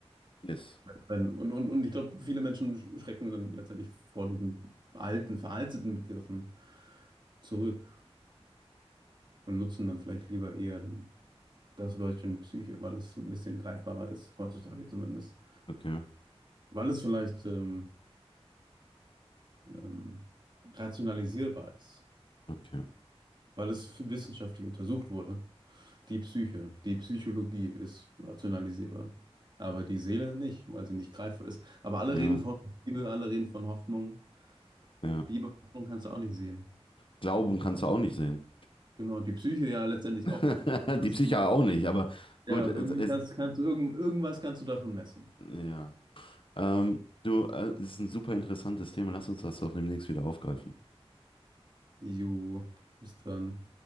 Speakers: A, on the left; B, on the right.
A: Yes.
B: Wenn- Und, und, und ich glaube, viele Menschen schrecken dann letztendlich vor diesen alten, veralteten Begriffen zurück und nutzen dann vielleicht lieber eher das Wörtchen Psyche, weil es ein bisschen greifbarer ist, heutzutage zumindest.
A: Okay.
B: Weil es vielleicht ähm, ähm, rationalisierbar ist,
A: Okay.
B: weil es wissenschaftlich untersucht wurde. Die Psyche, die Psychologie ist rationalisierbar, aber die Seele nicht, weil sie nicht greifbar ist. Aber alle
A: Ja,
B: reden von Liebe, alle reden von Hoffnung.
A: ja.
B: Liebe, Hoffnung kannst du auch nicht sehen.
A: Glauben kannst du auch nicht sehen.
B: Genau, die Psyche ja letztendlich
A: <laughs>
B: auch nicht. Aber kannst,
A: Die Psyche auch nicht, aber
B: ja,
A: gut,
B: irgendwie
A: es ist,
B: kannst, kannst du irgend, irgendwas kannst du davon messen.
A: ja. Ähm, du, äh, es ist ein super interessantes Thema. Lass uns das doch demnächst wieder aufgreifen.
B: Jo, bis dann.